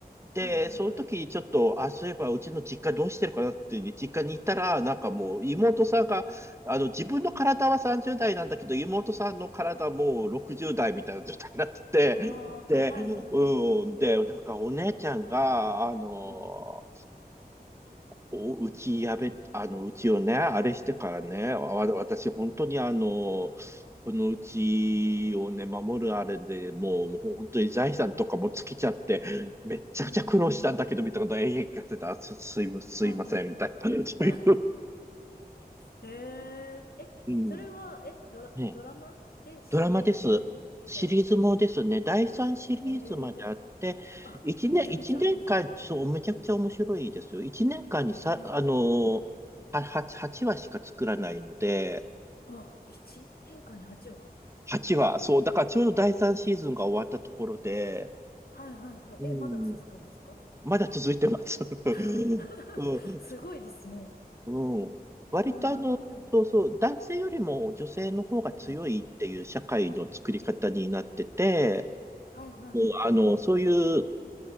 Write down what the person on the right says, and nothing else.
で、
その時にちょっと、あ、そういえばうちの実家どうしてるかなっていう実家に行ったら、なんかもう妹さんが、
あの自分の体は30代なんだけど、妹さんの体はもう60代みたいな状態になってて、
で、
うん、で、なんかお姉ちゃんが、あの、
お、うちやべ、あの、うちをね、あれしてからね、
わ、私、本当にあの、このうちをね、守るあれでもう、もう本当に財産とかも尽きちゃって、めっちゃくちゃ苦労したんだけど、
みたいなことを永遠聞かせた。あす、すい、すいません、
みたいな。<laughs> そうい
う。
うん。
ね
ドラマです。シリーズもですね、第3シリーズまであって、
1年、
一年間、そう、めちゃくちゃ面白いですよ。1年間にさ、
あのー、は8、話しか作らないので、
8話、そう、だからちょうど第3シーズンが終わったところで、
うん、
まだ続いてます。<laughs>
うん、
うん割とあの、
そうそう、男性よりも女性の方が強いっていう社会の作り方になってて、
もうあの、そういう